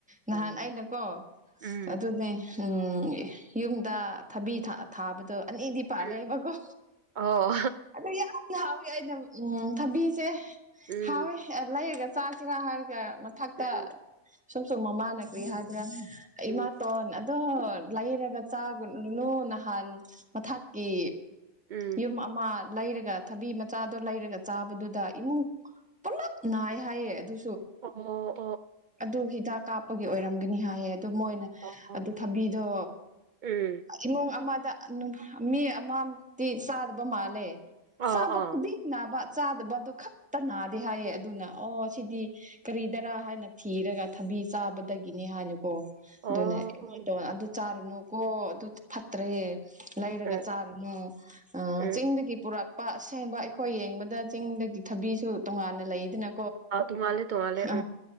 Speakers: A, in the centre; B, on the right (about 80°).
A: ꯅꯍꯥꯟ
B: ꯎꯝ
A: ꯑꯩꯅꯀꯣ
B: ꯎꯝ
A: ꯑꯗꯨꯅꯦ ꯎꯝ ꯌꯨꯝꯗ ꯊꯕꯤ ꯊꯥꯕꯗꯣ ꯑꯅꯤꯗꯤ ꯄꯥꯜꯂꯦꯕꯀꯣ
B: ꯎꯝ ꯑꯣ
A: ꯑꯗꯣ ꯌꯥꯝ ꯍꯥꯎꯋꯦ ꯑꯩꯅ ꯎꯝ ꯊꯕꯤꯁꯦ
B: ꯎꯝ
A: ꯍꯥꯎꯋꯦ ꯂꯩꯔꯒ ꯆꯥꯁꯤꯔꯥ ꯍꯥꯏꯔꯒ ꯃꯊꯛꯇ
B: ꯎꯝ
A: ꯁꯨꯝ ꯁꯨꯝ ꯃꯃꯥꯅ ꯀꯨꯏ ꯍꯥꯏꯗ꯭ꯔꯥ
B: ꯎꯝ
A: ꯏꯃꯥꯇꯣꯟ ꯑꯗꯣ ꯂꯥꯏꯔꯒ ꯆꯥꯒꯂꯨꯅꯨ ꯅꯍꯥꯟ ꯃꯊꯛꯀꯤ
B: ꯎꯝ
A: ꯌꯨꯝ ꯑꯃ ꯂꯩꯔꯒ ꯊꯕꯤ ꯃꯆꯥꯗꯣ ꯂꯩꯔꯒ ꯆꯥꯕꯗꯨꯗ ꯏꯃꯨꯡ ꯄꯨꯂꯞ ꯅꯥꯏ ꯍꯥꯏꯌꯦ ꯑꯗꯨ
B: ꯑ
A: ꯑꯗꯨ ꯍꯤꯗꯥꯛ ꯀꯥꯞꯄꯒꯤ ꯑꯣꯏꯔꯝꯒꯅꯤ ꯍꯥꯏꯌꯦ ꯑꯗꯨ ꯃꯣꯏꯅ
B: ꯑꯣ ꯑꯣ
A: ꯑꯗꯨ ꯊꯝꯕꯤꯗꯣ
B: ꯎꯝ
A: ꯏꯃꯨꯡ ꯑꯃ ꯃꯤ ꯑꯃꯝꯇꯤ ꯁꯥꯗꯕ ꯃꯥꯜꯂꯦ
B: ꯑꯣ
A: ꯆꯥꯕ
B: ꯑꯣ
A: ꯈꯨꯗꯤꯡ ꯅꯥꯕ ꯆꯥꯗꯕꯗ ꯈꯛꯇ ꯅꯥꯗꯦ ꯍꯥꯏꯌꯦ ꯑꯗꯨꯅ ꯑꯣ ꯁꯤꯗꯤ ꯀꯔꯤ ꯍꯥꯏ ꯊꯤꯔꯒꯥ ꯊꯕꯤ ꯆꯥꯅꯗꯒꯤꯅꯤ <unintelligible>
B: ꯑꯣ
A: ꯑꯗꯨꯃ ꯅꯨꯀꯣ ꯑꯗꯨ ꯐꯠꯇ꯭ꯔꯦ ꯂꯩꯔꯒ
B: ꯎꯝ
A: ꯆꯥꯔꯨꯅꯨ
B: ꯎꯝ
A: ꯆꯤꯡꯗꯒꯤ ꯄꯨꯔꯛ ꯑꯁꯦꯡꯕ ꯑꯩꯈꯣꯏ ꯌꯦꯡꯕꯗ ꯆꯤꯡꯗꯒꯤ ꯊꯕꯤꯁꯨ ꯇꯣꯉꯥꯟꯅ ꯂꯩꯗꯅ
B: ꯥꯎ <unintelligible>
A: ꯑ